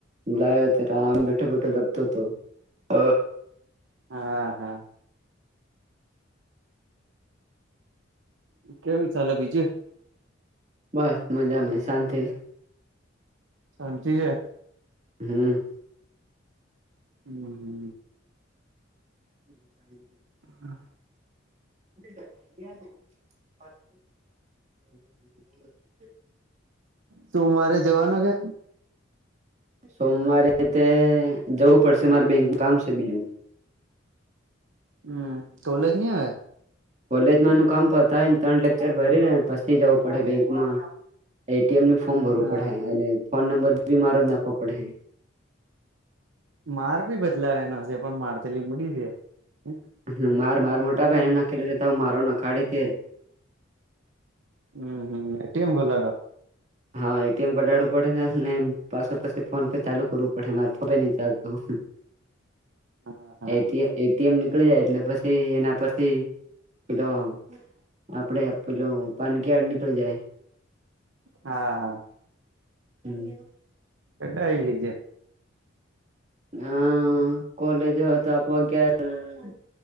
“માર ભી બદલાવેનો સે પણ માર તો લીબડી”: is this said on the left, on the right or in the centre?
Right